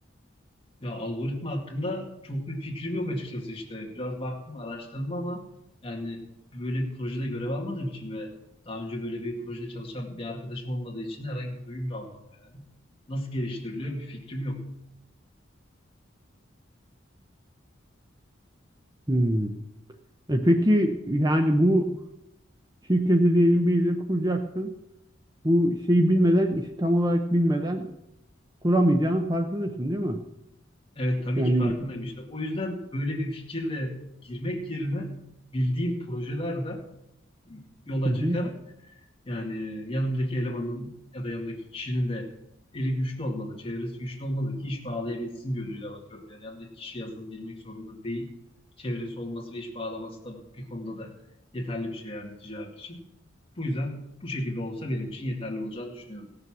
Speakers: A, on the left; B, on the right.
A: Ya algoritma hakkında çok bir fikrim yok açıkçası işte. Biraz baktım, araştırdım ama yani böyle bir projede görev almadığım için ve daha önce böyle bir projede çalışan bir arkadaşım olmadığı için herhangi bir duyum da almadım yani. Nasıl geliştiriliyor bir fikrim yok.
B: Hmm. E peki yani bu şirkete diyelim biriyle kuracaksın. bu şeyi bilmeden, işi tam olarak bilmeden kuramayacağının farkındasın değil mi?
A: Evet tabii
B: Yani
A: ki farkındayım işte. O yüzden böyle bir fikirle girmek yerine bildiğim projelerde yola
B: hı hı.
A: çıkarak Yani yanımdaki elemanın ya da yanımdaki kişinin de eli güçlü olmalı, çevresi güçlü olmalı ki iş bağlayabilsin gözüyle bakıyorum. Yani yanındaki kişi yazılım bilmek zorunda değil. Çevresi olması ve iş bağlaması da bu- bir konuda da yeterli bir şey yani ticaret için. Bu yüzden bu şekilde olsa benim için yeterli olacağını düşünüyorum.